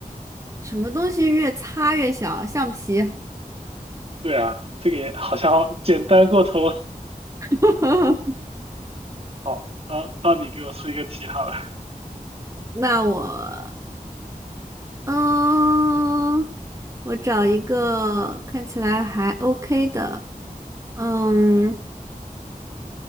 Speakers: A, on the right (about 20°); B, on the right (about 40°).
A: 什么东西越擦越小？橡皮。
B: 对啊，这个也好像简单过头了。
A: <laughs>
B: <laughs> 好，到到你给我出一个题好了。
A: 那我，嗯，我找一个看起来还 OK 的，嗯，